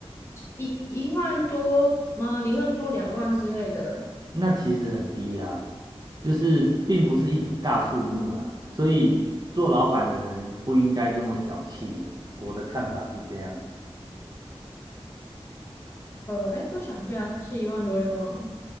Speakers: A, on the left (about 25°); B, on the right (about 40°).
A: 一一万多吗？一万多两万之类的。
B: 那其实很低呀、就是并不是一笔大数目啦，所以做老板的人不应该这么小气呀、我的看法是这样。
A: 呃，哎，我想一下，是一万多两万吗？